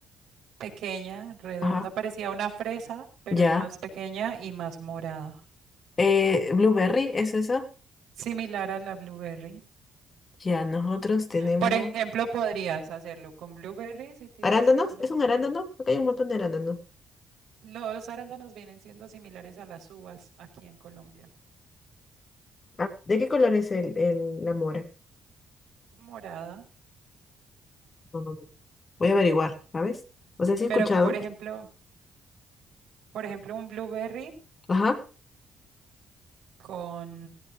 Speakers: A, on the right; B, on the left.
A: Pequeña, redonda,
B: ajá,
A: parecía una fresa, pero
B: ya.
A: más pequeña y más morada,
B: Eh, blueberry, ¿es eso?
A: similar a la blueberry.
B: Ya, nosotros tenemos
A: Por ejemplo, podrías hacerlo con blueberry si, te-
B: arándanos,
A: si conoces
B: ¿es un arándano?
A: la...
B: Acá hay un montón de arándanos.
A: Los arándanos vienen siendo similares a las uvas aquí en Colombia.
B: Ah, ¿De qué color es el, el- la mora?
A: Morada,
B: No, no, no. no. Voy a averiguar, ¿sabes? O sea, sí he escuchado.
A: pero por ejemplo, por ejemplo, un blueberry
B: Ajá.
A: con